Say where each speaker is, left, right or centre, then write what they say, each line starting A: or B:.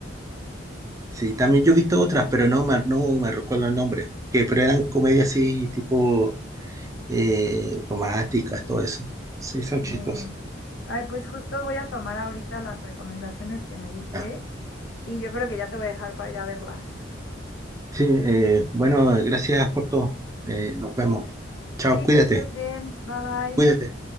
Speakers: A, on the right; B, on the left.
A: sí, también yo he visto otras, pero no me, no me recuerdo el nombre. Que, pero eran comedias así, tipo eh, románticas, todo eso. Sí, son
B: Eh,
A: chistosas.
B: Ay, pues justo voy a tomar ahorita las recomendaciones que me diste
A: Ya.
B: y yo creo que ya te voy a dejar para ir a verlas.
A: Sí, eh, bueno, gracias por todo. Eh, nos vemos.
B: Sí,
A: Chao, cuídate,
B: que estés bien. Bye bye.
A: cuídate.